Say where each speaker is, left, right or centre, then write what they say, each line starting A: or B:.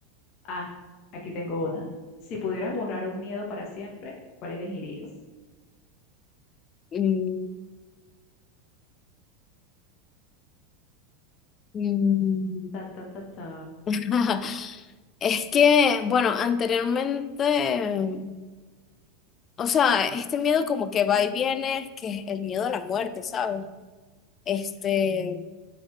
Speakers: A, on the left (about 45°); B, on the left (about 30°).
A: Ah, aquí tengo una. Si pudieras borrar un miedo para siempre, ¿cuál elegirías?
B: Mm, mm.
A: Ta, ta, ta, ta.
B: <laughs> Es que, bueno, anteriormente, o sea, este miedo como que va y viene, que es el miedo a la muerte, ¿sabes? Este,